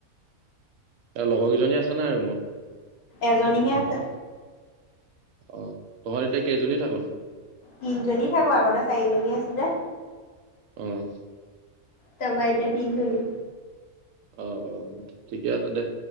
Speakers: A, on the right; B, on the left.
A: লগৰ কেইজনী আছে নাই ৰুমত।
B: এজনীহে আছে।
A: অ, তহত এতিয়া কেইজনী থাক।
B: তিনিজনী থাকো আগতে চাৰিজনী আছিলে
A: উম
B: তাপা এতিয়া তিন জনি
A: অ অ ঠিকে আছে দে